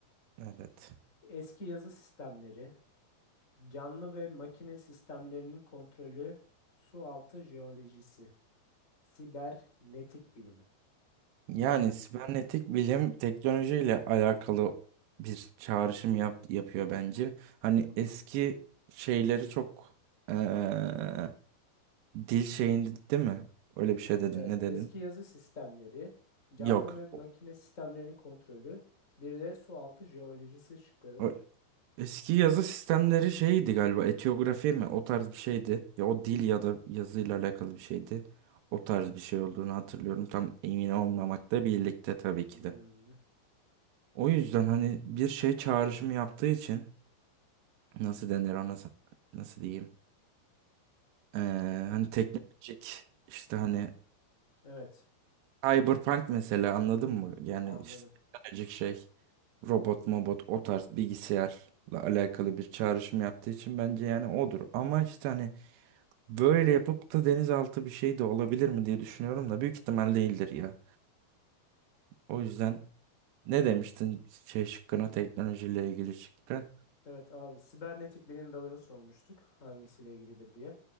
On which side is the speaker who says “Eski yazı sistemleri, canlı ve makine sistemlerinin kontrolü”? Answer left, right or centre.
Left